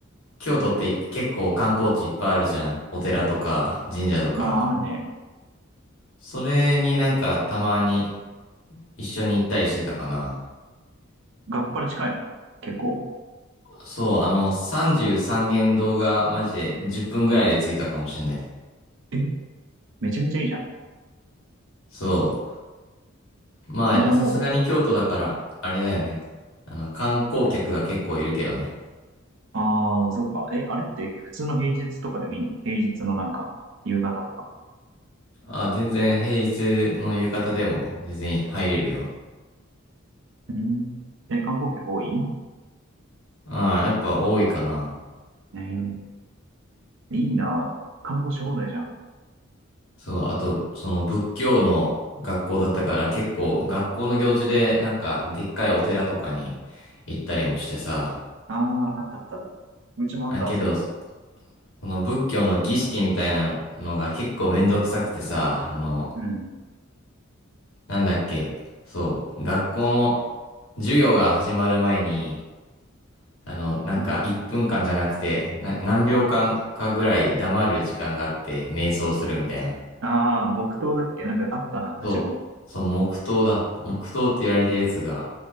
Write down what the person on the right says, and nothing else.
ああ、あるね。
学校から近いの結構。
え、めちゃめちゃいいじゃん。
え、じゃあも
う、ああ、そうか。え、あれって普通の平日とかでもいいの平日のなんか、夕方とか。
うん。え、観光客多い
えー、いいなぁ。観光し放題じゃん。
ああ、あったあったあった。うちもあったわ、
そういうの。
うん。
うん。
ああ、木刀だっけなんかあったな、うちも。